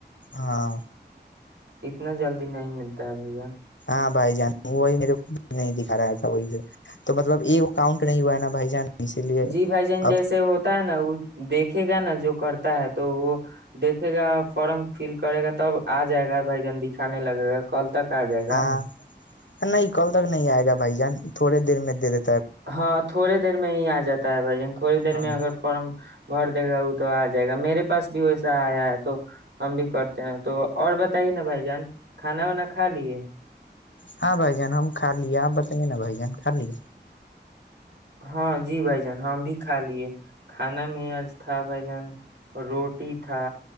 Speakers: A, on the left; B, on the right.
A: ہاں
B: اتنا جلدی نہیں ملتا ہے بھائی جن
A: ہاں بھائی جان وہی میرے کو نہیں دکھا رہا تھا وہی تو مطلب ایک کاؤنٹ نہیں ہوا ہے نا بھائی جان اسی لیے
B: جی بھائی جان جیسے
A: اب
B: ہوتا ہے نا وہ دیکھے گا نا جو کرتا ہے تو وہ دیکھے گا فارم فل کرے گا تب آ جائے گا بھائی جان دکھانے لگے گا کل تک آ جائے گا
A: ہاں نہیں کل تک نہیں آئے گا بھائی جان تھوڑ دیر میں د دی
B: ہاں تھوڑی دیر میں ہی آ جاتا ہے بھائی جن تھوڑی دیر
A: ہاں
B: میں اگر فم بھر دے گا وہ تو آ جائے گا میرے پاس بھی ویسا آیا ہے تو ہم بھی کرتے ہیں تو اور بتائیے نا بھائی جان کھانا وانا کھا لیے
A: ہاں بھائی جان ہم کھا لے آپ بتائیے نا بھائی جان کھا لے
B: ہاں جی بھائی جان ہم بھی کھا لیے کھانا میں آج تھا بھائی جان روٹی تھا